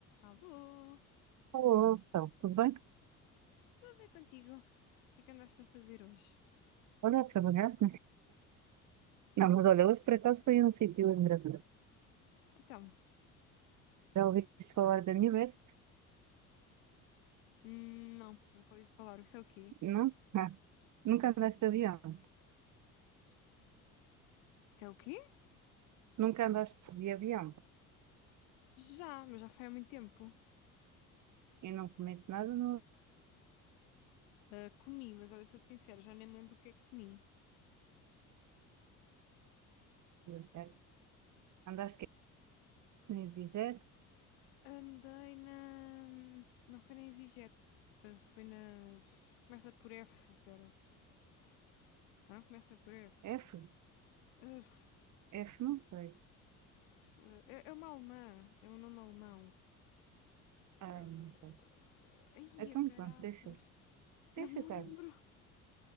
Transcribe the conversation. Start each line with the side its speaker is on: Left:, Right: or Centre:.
Left: Alô,
Right: Olá, então, tudo bem?
Left: tudo é contigo? O que é que andaste a fazer hoje?
Right: Olha, que saudades. Não, mas olha, hoje por acaso fui a um sítio engraçado.
Left: Então,
Right: Já ouviste falar da New West?
Left: hum, não, nunca ouvi falar. Isso é o quê?
Right: Não? Ah, nunca andaste de avião.
Left: É o quê?
Right: Nunca andaste de avião.
Left: Já, mas já foi há muito tempo.
Right: E não comeste nada no
Left: Ah, comi, mas olha, sou-te sincera, já nem me lembro o que é que comi.
Right: avião, certo? Andaste que nem EasyJet?
Left: Andei na. Não foi na EasyJet, ah, foi na. Começa por F, pera. Se calhar não começa por F.
Right: F?
Left: Ah,
Right: F, não sei.
Left: f- é, é uma alemã, é um nome alemão.
Right: Ai,
Left: Ah,
Right: não sei.
Left: Ai,
Right: Então
Left: a caraças,
Right: pronto, deixa.
Left: <laughs>
Right: Deixa
Left: não me
Right: estar.
Left: lembro.